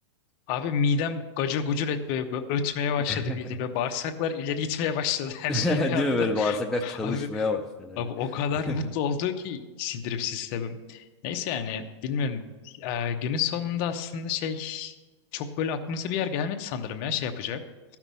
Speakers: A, on the left; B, in the centre.
A: Abi midem gacır gucur etmeye, böyle ötmeye başladı
B: <laughs>
A: bildiğim. Böyle bağırsaklar ileri gitmeye başladı <laughs> her
B: <laughs>
A: şey bir anda.
B: Değil mi böyle bağırsaklar
A: <laughs>
B: çalışmaya
A: Abi,
B: başladı
A: abi o kadar mutlu
B: hani. <laughs>
A: oldu ki sindirim sistemim. Neyse yani bilmiyorum. Ee, günün sonunda aslında şey çok böyle aklımıza bir yer gelmedi sanırım ya şey yapacak.